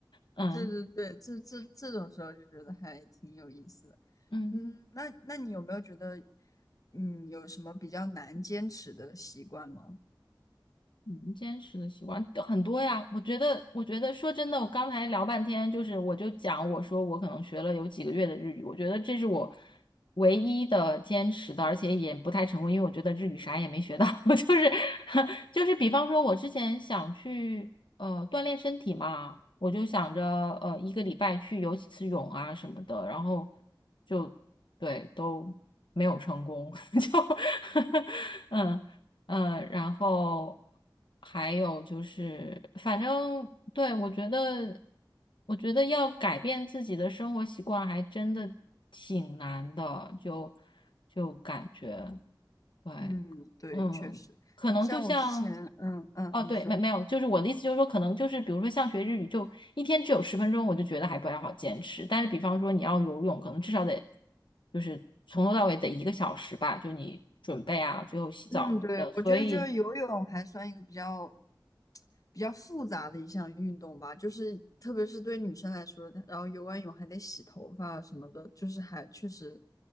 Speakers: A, on the left; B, on the left.
A: 嗯
B: 对对对，这这这种时候就觉得还挺有意思的嗯，
A: 嗯。
B: 那那你有没有觉得，嗯，有什么比较难坚持的习惯吗？
A: 嗯，坚持的习惯很多呀，我觉得，我觉得说真的，我刚才聊半天，就是我就讲，我说我可能学了有几个月的日语，我觉得这是我唯一的坚持的，而且也不太成功，因为我觉得日语啥也没学到，<laughs> 就是 <laughs> 就是比方说，我之前想去呃锻炼身体嘛，我就想着呃一个礼拜去游几次泳啊什么的，然后就对都没有成功，<laughs> 就 <laughs> 嗯。嗯，然后还有就是，反正对，我觉得，我觉得要改变自己的生活习惯，还真的挺难的，就就感觉。对，
B: 嗯，对，
A: 嗯，
B: 确实，
A: 可能就像，
B: 像我之前，嗯嗯，
A: 哦，
B: 你说。
A: 对，没没有，就是我的意思就是说，可能就是比如说像学日语，就一天只有十分钟，我就觉得还不太好坚持。但是比方说你要游泳，可能至少得就是从头到尾得一个小时吧，就你准备啊，最后洗澡什么的。
B: 嗯，对，
A: 所以
B: 我觉得就是游泳还算一个比较比较复杂的一项运动吧，就是特别是对女生来说，然后游完泳还得洗头发啊什么的，就是还确实